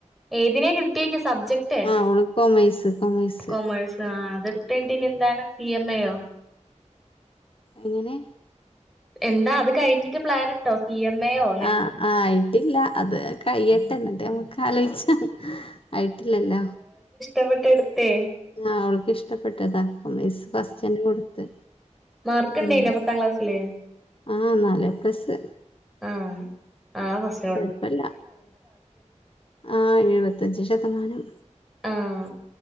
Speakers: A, in the centre; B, on the left.
A: ഏതിനെ കിടിയെക്ക് സബ്ജക്ട്
B: ആഹ് ഓള് കൊമേഴ്സ് കൊമേഴ്സ്
A: ന്റെ കൊമേഴ്സ് അതെടുത്തുകഴിഞ്ഞിട്ട് ഇനി എന്താണ് സി എം യോ
B: എങ്ങനെ
A: എന്താ അത് കഴിഞ്ഞിട്ട് പ്ലാൻ ഉണ്ടോ പി എം എ ഒ
B: ആ ആയിട്ടില്ല. അത് കൈയ്യട്ടെ ന്നട്ട് നമ്മക്ക് ആലോയ്ച്ച ആയിട്ടില്ലല്ലോ
A: എവടെ എടുത്തെയ്
B: ആ ഓൾക്കിഷ്ടപ്പെട്ടതാ കൊമേഴ്സ് ഫസ്റ്റ്ന്നേ കൊടുത്ത്
A: മാർക്ക്ണ്ടിന
B: ഉം
A: പത്താം ക്ലാസ്സില്
B: ആഹ് നാല് എ പ്ലസ്
A: ആഹ ആഹാ ഫാസ്
B: കുഴപ്പല്ല ആ എഴുപത്തഞ്ച് ശതമാനം
A: ആഹ്